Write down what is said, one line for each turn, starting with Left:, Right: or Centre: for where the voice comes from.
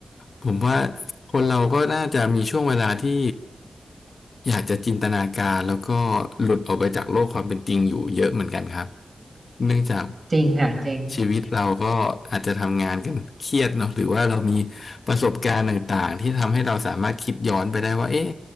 Left: ผมว่าคนเราก็น่าจะมีช่วงเวลาที่อยากจะจินตนาการแล้วก็หลุดออกไปจากโลกความเป็นจริงอยู่เยอะเหมือนกันครับเนื่องจาก
Right: <laughs> จริงค่ะจริง
Left: ชีวิตเราก็อาจจะทำงานกันเครียดเนาะหรือว่าเรามีประสบการณ์ต่างๆที่ทำให้เราสามารถคิดย้อนไปได้ว่าเอ๊ะ